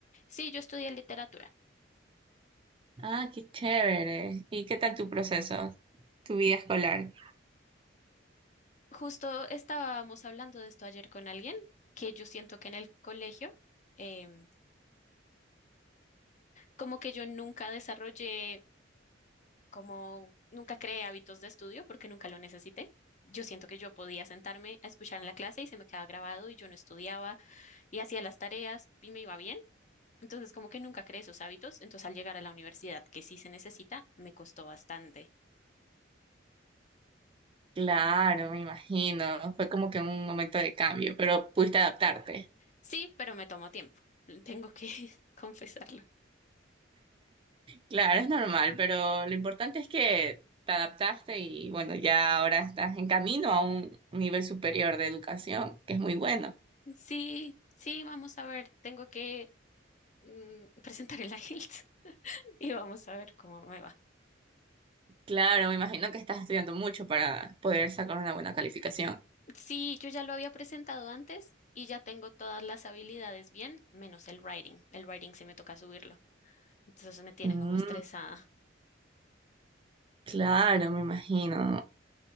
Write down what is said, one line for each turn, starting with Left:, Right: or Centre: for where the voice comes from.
Left: Sí, yo estudié literatura.
Right: Ah, qué chévere. ¿Y qué tal tu proceso, tu vida escolar?
Left: Justo estábamos hablando de esto ayer con alguien, que yo siento que en el colegio, em, como que yo nunca desarrollé, como nunca creé hábitos de estudio porque nunca lo necesité. Yo siento que yo podía sentarme a escuchar en la clase y se me quedaba grabado y yo no estudiaba y hacía las tareas y me iba bien. Entonces, como que nunca creé esos hábitos. Entonces, al llegar a la universidad, que sí se necesita, me costó bastante.
Right: Claro, me imagino. Fue como que un momento de cambio, pero pudiste adaptarte.
Left: Sí, pero me tomó tiempo. Tengo que <laughs> confesarlo.
Right: Claro, es normal, pero lo importante es que te adaptaste y bueno, ya ahora estás en camino a un nivel superior de educación, que es muy bueno.
Left: Sí, sí, vamos a ver. Tengo que mm, <laughs> presentar el IELTS <laughs> y vamos a ver cómo me va.
Right: Claro, me imagino que estás estudiando mucho para poder sacar una buena calificación.
Left: Sí, yo ya lo había presentado antes y ya tengo todas las habilidades bien, menos el writing. El writing sí me toca subirlo. Entonces me tiene
Right: Mm,
Left: como estresada.
Right: claro, me imagino.